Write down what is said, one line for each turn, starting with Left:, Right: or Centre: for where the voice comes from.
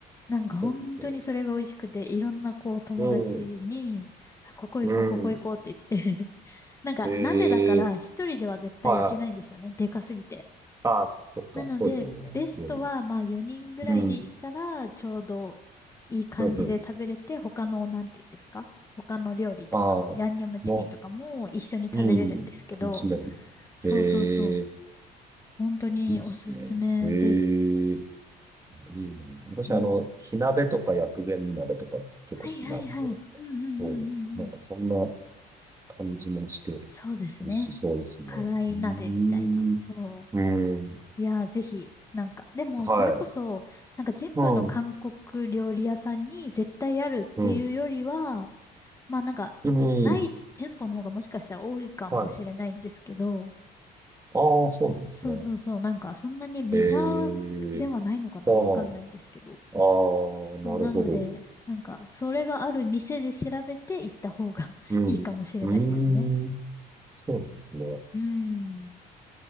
Left: なんか本当にそれが美味しくて、
Right: ちょっと、
Left: いろんなこう友達に、
Right: うん、
Left: あここ行こう、
Right: うん、
Left: ここ行こうって言って <laughs> なんか鍋だから一人では絶対行けないんですよね。
Right: ええ、はいはい。
Left: でかすぎて。
Right: あ、そっか、
Left: なので、
Right: そうですよね。
Left: ベストはまあ4人ぐらいで行ったら、
Right: 料理。うん、
Left: ちょうどいい感じで食べれて、
Right: うん、うん。
Left: 他の、なんて言うんですか他の料理とか、
Right: ああ、
Left: ヤンニョムチキンとかも一緒に食べれるんですけど、
Right: もう、うん、楽しめる。
Left: そうそうそう。
Right: ええ、
Left: 本当におすすめです。
Right: いいっすね。ええ。いいね。私、
Left: うん。
Right: あの、火鍋とか薬膳鍋とか結構好きなんで、
Left: はいはいはい。うんうんうんうんうん。
Right: そうなんかそんな感じもして、
Left: そうですね。
Right: 美味しそうですね。
Left: 辛い鍋みたいな。
Right: うーん。
Left: そ
Right: うん。
Left: う。いやー、ぜひ、なんか、でも、
Right: はい。
Left: それこそ、なんか全部の韓国料理屋さんに絶対あるっていうよりは、
Right: うん。うん。
Left: まあなんか、
Right: うん。
Left: ない店舗の方がもしかしたら多いかもしれないんですけど、
Right: はい。ああ、そうなんですね。
Left: そうそうそう、なんか、そんなにメジャーではないのかなわかんないんですけど。
Right: ええああ、ああ、なるほど。
Left: そう、なので、なんか、それがある店で調べて行った方が <laughs>
Right: うん。
Left: いいかもしれないですね。
Right: うーん。そうなんですね。
Left: うーん、